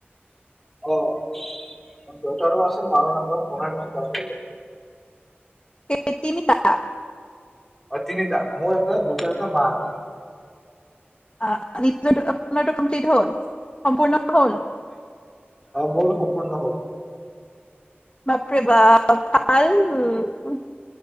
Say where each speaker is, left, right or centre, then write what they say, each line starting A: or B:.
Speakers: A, in the centre; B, on the left.
A: অ' দেউতাৰো আছে মাৰ নাম্বাৰ বনাই লৈছো জাষ্ট আহি গ'ল।
B: ইয়ে তিনিটা
A: অ' তিনিটা মোৰ এটা দেউতা এটা মাৰ এটা।
B: ফঁ নিজৰটো আপোনাৰটো কম্প্লিট হ'ল। সম্পূৰ্ণ হ'ল।
A: অঁ মোৰটো সম্পূৰ্ণ হ'ল।
B: বাপৰে বাপ ভাল উম